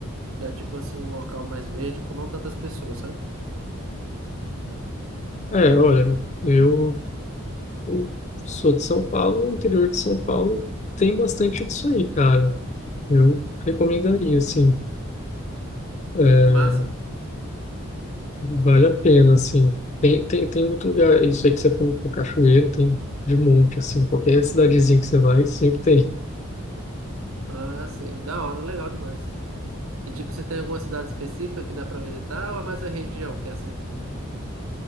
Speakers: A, on the right; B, on the left.
A: dar, tipo assim, um local mais verde com não tantas pessoas, sabe?
B: É, olha, eu, eu sou de São Paulo, o interior de São Paulo tem bastante disso aí, cara. Eu recomendaria, assim, é,
A: Que massa.
B: vale a pena, assim. Tem, tem, tem muito lugar, isso aí que você falou, pô, cachoeira, tem de monte, assim, qualquer cidadezinha que você vai, sempre tem.
A: Ah, sim, da hora, legal demais. E tipo, você tem alguma cidade específica que dá pra visitar ou é mais a região, que é assim?